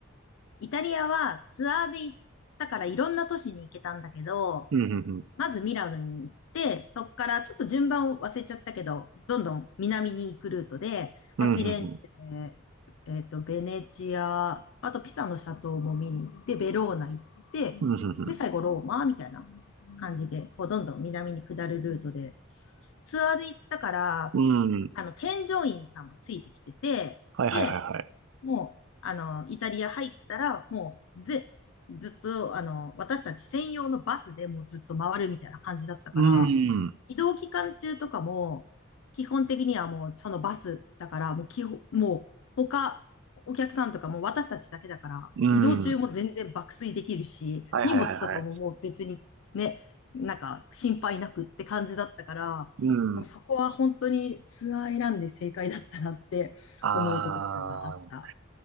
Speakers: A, on the left; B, on the right.
A: イタリアはツアーで行ったからいろんな都市に行けたんだけど、
B: うん、うん、うん。
A: まずミラノに行って、そこからちょっと順番を忘れちゃったけど、どんどん南に行くルートで、
B: うん、
A: まあ、フィレンツェ、
B: うん、うん。
A: えっと、ベネチア、あとピサのシャトーも見に行って、ベローナ行って、
B: うん、うん。
A: で、最後ローマみたいな感じで、こう、どんどん南に下るルートで、ツアーで行ったから、
B: うんうん
A: あの、添乗員さんもついてきてて、
B: はいはいはいはい。
A: で、もう、あの、イタリア入ったら、もう、ぜ、ずっと、あの、私たち専用のバスでもうずっと回るみたいな感じだったから、
B: うん、
A: 移動期間中とかも、基本的にはもうそのバスだから、もう基本、もう他、お客さんとかも私たちだけだから、
B: うん。
A: 移動中も全然爆睡できるし、
B: はいはいはいはい。
A: 荷物とかももう別にね、なんか心配なくって感じだったから、
B: うん。
A: もうそこは本当にツアー選んで正解だったなって思うところではあった。
B: ああ。